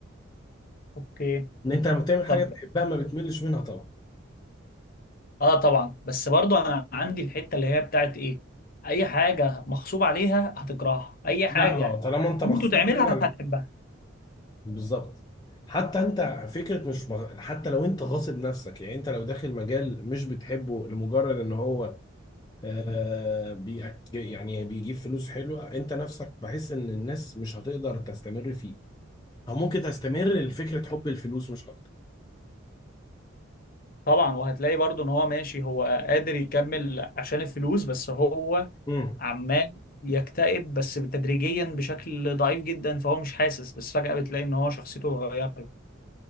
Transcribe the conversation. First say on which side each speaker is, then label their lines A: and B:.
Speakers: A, on the left (about 45°); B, on the left (about 20°).
A: اوكي
B: ان انت لما بتعمل حاجه
A: طب
B: بتحبها ما بتملش منها طبعا
A: اه طبعا بس برضو انا عندي الحته اللي هي بتاعت ايه اي حاجه مغصوب عليها هتكرهها اي حاجه
B: لا اه طالما
A: هتموت
B: انت مخصوص
A: وتعملها
B: فعلا
A: هتحبها
B: بالظبط حتى انت فكره مش مغ... حتى لو انت غاصب نفسك يعني انت لو داخل مجال مش بتحبه لمجرد ان هو آه بي... يعني بيجيب فلوس حلوه انت نفسك بحس ان الناس مش هتقدر تستمر فيه او ممكن تستمر لفكره حب الفلوس مش اكتر
A: طبعا وهتلاقي برضو ان هو ماشي هو قادر يكمل عشان الفلوس بس هو
B: امم
A: عمال يكتئب بس تدريجيا بشكل ضعيف جدا فهو مش حاسس بس فجأة بتلاقي ان هو شخصيته اتغيرت